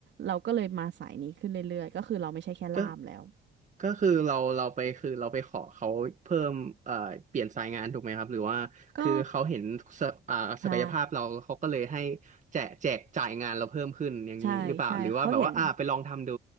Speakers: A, on the right; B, on the right.
A: เราก็เลยมาสายนี้ขึ้นเรื่อยๆก็คือเราไม่ใช่แค่ล่ามแล้ว
B: ก็ ก็คือเราเราไปคือเราไปขอเขาเพิ่มเอ่อเปลี่ยนสายงานถูกไหมครับหรือว่าคือเขาเห็นศอ่าศักยภาพเราเขาก็เลยให้
A: ก็ใช่
B: แจกแจกจ่ายงานเราเพิ่มขึ้นอย่างนี้หรือเปล่าหรือว่าแบบว่าอ่าไปลองทำดู
A: ใช่ใช่เขาเห็น